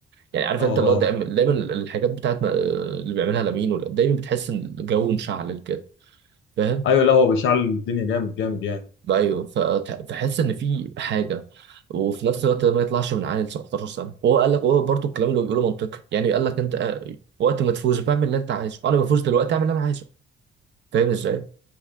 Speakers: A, on the right; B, on the left.
A: يعني عارف
B: اه
A: انت اللي
B: اه
A: هو دايما دايما الحاجات بتاعت ما- اللي بيعملها لامين ولا- دايما بتحس ان الجو مشعل كده فاهم
B: ايوه لا هو بيشعل الدنيا جامد جامد يعني
A: ايوه فتحس ان في حاجه وفي نفس الوقت ده ما يطلعش من عيل 17 سنه وهو قال لك هو برضه الكلام اللي هو بيقوله منطقي يعني قال لك انت آه، وقت ما تفوز بعمل اللي انت عايزه انا بفوز دلوقتي اعمل اللي انا عايزه فاهم ازاي